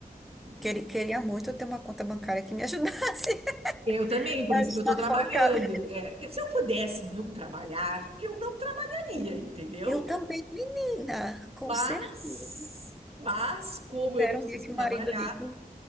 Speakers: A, on the right; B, in the centre.
A: entendeu?
B: Queria, queria muito eu ter uma conta bancária que me ajudasse.
A: Eu também,
B: <laughs>
A: por isso
B: Está
A: que eu estou trabalhando.
B: focada
A: É, que se eu pudesse não trabalhar, eu não trabalharia, entendeu?
B: Eu também, menina, com
A: Mas,
B: certeza.
A: mas como
B: Espero
A: eu preciso
B: um dia que
A: trabalhar,
B: o marido rico,